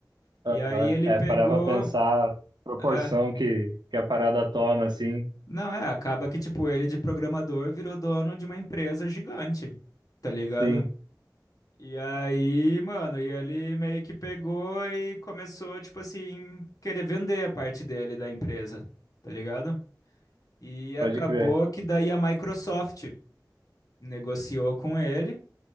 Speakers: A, on the left; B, on the right.
A: E
B: Aham.
A: aí ele
B: É,
A: pegou.
B: parar pra pensar a proporção
A: é,
B: que, que a parada toma, assim.
A: não, é, acaba que, tipo, ele de programador virou dono de uma empresa gigante, tá ligado?
B: Sim,
A: E aí, mano, e ele meio que pegou e começou, tipo assim, querer vender a parte dele da empresa, tá ligado? E acabou
B: pode crer.
A: que daí a Microsoft. negociou com ele